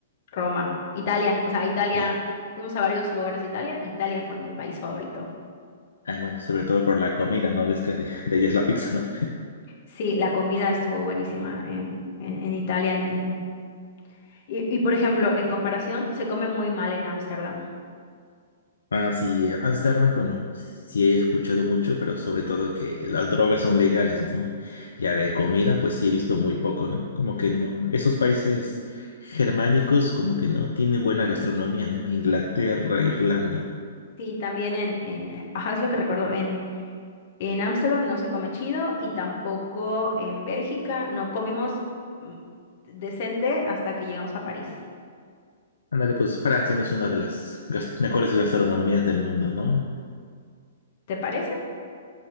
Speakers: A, on the left (about 45°); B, on the left (about 70°).
A: Roma, Italia, o sea, Italia,
B: Eh,
A: fuimos a varios lugares de Italia. Italia fue mi país favorito.
B: ah, bueno, sobre todo por la comida, ¿no? Ves que de, <laughs> de ella es la pizza, ¿no?
A: Sí, la comida estuvo buenísima en, en, en Italia, en, en Y, y, por ejemplo, en comparación, se come muy mal en Ámsterdam.
B: Ah, sí, eh, Ámsterdam, bueno, sí he escuchado mucho, pero sobre todo que las drogas son legales, ¿no? Ya de comida, pues sí he visto muy poco, ¿no? Como que no, esos países germánicos como que no tienen buena gastronomía, ¿no? Inglaterra, Irlanda.
A: Sí, también en, en, ajá, es lo que recuerdo, en, en Ámsterdam no se come chido y tampoco en Bélgica no comimos mm, decente hasta que llegamos a París.
B: Ándale, pues Francia no es una de las gas- mejores gastronomías del mundo, ¿no?
A: ¿Te parece?